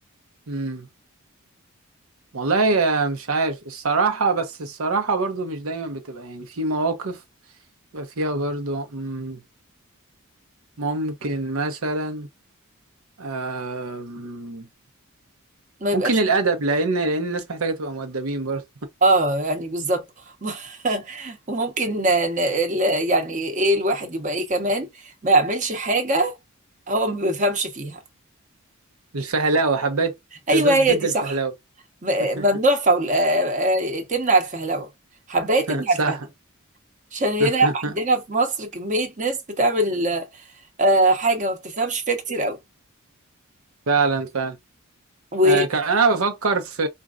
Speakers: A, on the right; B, on the right.
A: امم. والله آه، مش عارف الصراحة بس الصراحة برضو مش دايما بتبقى يعني في مواقف بيبقى فيها برضو مم، ممكن مثلا آم،
B: ما يبقاش
A: ممكن الأدب لأن لأن الناس محتاجة تبقى مؤدبين برضو
B: اه يعني بالظبط <laughs> وممكن ن- ال- يعني ايه الواحد يبقى ايه كمان ما يعملش حاجة هو ما بيفهمش فيها
A: الفهلاوة حبيت
B: ايوه
A: ضد
B: هي
A: ضد
B: دي
A: الفهلاوة
B: صح م-
A: <laughs>
B: ممنوع فول آه، آه، تمنع الفهلوة حباية تمنع
A: صح
B: الفهلوة عشان هنا
A: <laughs>
B: عندنا في مصر كمية ناس بتعمل آه، حاجة ما بتفهمش فيها كتير قوي
A: فعلا فعلا
B: و
A: آه، كان أنا بفكر في